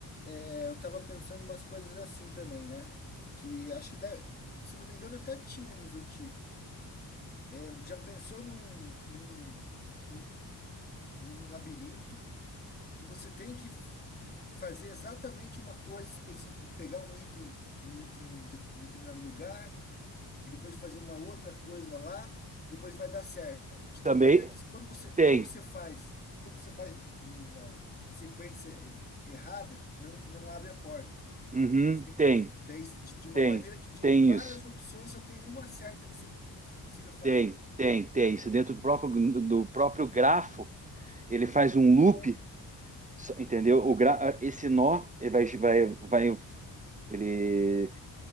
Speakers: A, on the left; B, on the right.
A: é, eu tava pensando em umas coisas assim também, né? Que acho que, deve- se eu não me engano, até tinha nos antigos. É, Já pensou num, num, num, num labirinto? que você tem que f- fazer exatamente uma coisa específica, pegar um item, um item em de- em determinado lugar e depois fazer uma outra coisa lá, depois vai dar certo. De tal
B: Também
A: maneira que quando você,
B: tem.
A: quando você faz, quando você faz no- na sequência e- errada, não, não abre a porta.
B: Uhum,
A: Você tem que,
B: tem,
A: fa- daí, de, de uma
B: tem,
A: maneira que de,
B: tem
A: de várias
B: isso.
A: opções só tem uma certa que você consiga fazer.
B: Tem, tem, tem. Isso dentro do próprio, do próprio grafo, ele faz um
A: Aham,
B: loop Só- Entendeu? O gra... Esse nó ele vai, vai, vai, ele